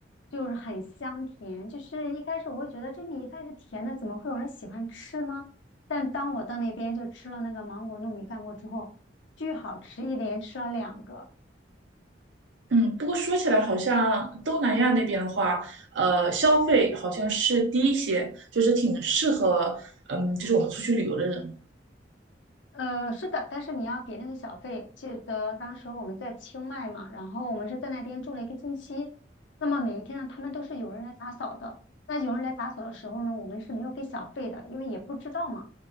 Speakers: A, on the left; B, on the right.
A: 就是很香甜。就是一开始我会觉得这米饭是甜的，怎么会有人喜欢吃呢？但当我到那边就吃了那个芒果糯米饭过之后，巨好吃，一连吃了两个。
B: 嗯，不过说起来好像东南亚那边的话，呃，消费好像是低一些，就是挺适合，嗯，就是我们出去旅游的人。
A: 呃，是的，但是你要给那个小费。记得当时我们在清迈嘛，然后我们是在那边住了一个星期。那么每一天呢，他们都是有人来打扫的。那有人来打扫的时候呢，我们是没有给小费的，因为也不知道嘛。